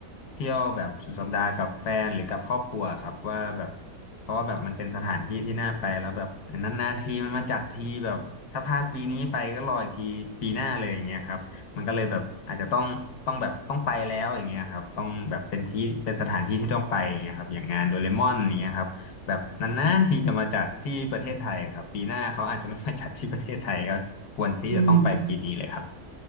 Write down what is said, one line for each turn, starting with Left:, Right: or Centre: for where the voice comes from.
Left: เที่ยวแบบสุดสัปดาห์กับแฟนหรือกับครอบครัวครับว่าแบบเพราะว่าแบบมันเป็นสถานที่ที่น่าไปแล้วแบบนานๆทีมันมาจัดทีแบบถ้าพลาดปีนี้ไปก็รออีกทีปีหน้าเลยอย่างเงี้ยครับมันก็เลยแบบอาจจะต้องต้องแบบต้องไปแล้วอย่างเงี้ยครับต้องแบบเป็นที่เป็นสถานที่ที่ต้องไปอย่างเงี้ยครับอย่างงานโดเรมอนอย่างเงี้ยครับแบบนานๆทีจะมาจัดที่ประเทศไทยครับปีหน้าเขาอาจจะไม่มาจัดที่ประเทศไทยก็ควรที่จะต้องไปปีนี้เลยครับ
Right: อืม